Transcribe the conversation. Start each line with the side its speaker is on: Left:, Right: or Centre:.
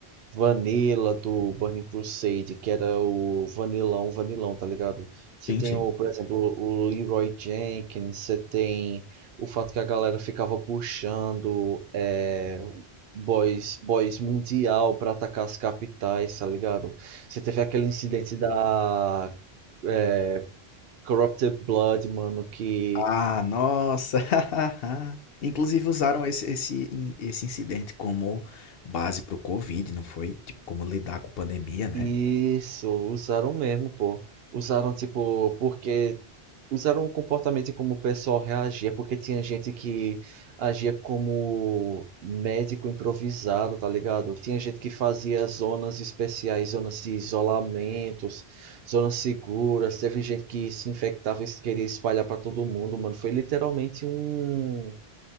Right: Vanilla, do Burning Crusade, que era o Vanilão, Vanilão, tá ligado? Você
Left: Sim,
Right: tem,
Left: sim.
Right: o, por exemplo, o Leroy Jenkins, você tem o fato que a galera ficava puxando é, boys, boys mundial pra atacar as capitais, tá ligado? Você teve aquele incidente da é, Corrupted Blood, mano, que
Left: Ah, nossa! <laughs> Inclusive usaram esse, esse, in- esse incidente como base para o Covid, não foi? Tipo, como lidar com pandemia, né?
Right: Isso, usaram mesmo, pô. Usaram, tipo, porque. Usaram o comportamento e como o pessoal reagia, porque tinha gente que agia como médico improvisado, tá ligado? Tinha gente que fazia zonas especiais, zonas de isolamentos, zonas seguras. Teve gente que se infectava e queria espalhar pra todo mundo, mano. Foi literalmente um.